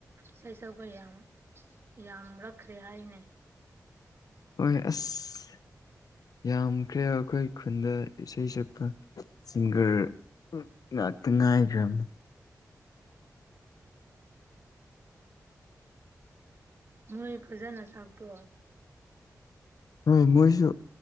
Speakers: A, on the right (about 40°); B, on the left (about 80°).
A: ꯏꯁꯩ ꯁꯛꯄ ꯌꯥꯝ ꯌꯥꯝꯔꯛꯈ꯭ꯔꯦ ꯍꯥꯏꯅꯦ
B: ꯍꯣꯏ ꯑꯁ ꯌꯥꯝꯈ꯭ꯔꯦ ꯑꯩꯈꯣꯏ ꯈꯨꯟꯗ ꯏꯁꯩ ꯁꯛꯄ ꯁꯤꯡꯒꯔ ꯎ ꯉꯥꯛꯇ ꯉꯥꯏꯈ꯭ꯔꯕꯅꯤ
A: ꯃꯣꯏ ꯐꯖꯅ ꯁꯛꯄꯔ‌ꯣ
B: ꯍꯣꯏ ꯃꯣꯏꯁꯨ